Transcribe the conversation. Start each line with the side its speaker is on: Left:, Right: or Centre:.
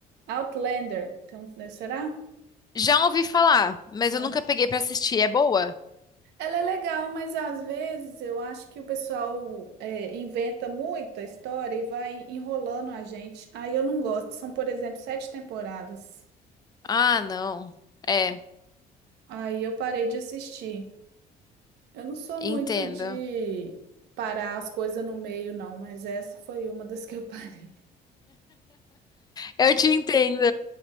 Right: Outlander, então, né, será?
Left: Já ouvi falar, mas
Right: Out-
Left: eu nunca peguei pra assistir. É boa?
Right: Ela é legal, mas às vezes eu acho que o pessoal é, inventa muita história e vai enrolando a gente. Aí eu não gosto. São, por exemplo, sete temporadas.
Left: Ah, não. É,
Right: Aí eu parei de assistir. Eu não sou
Left: entendo.
Right: muito de parar as coisas no meio, não, mas essa foi uma das que eu <laughs> parei.
Left: Eu te entendo.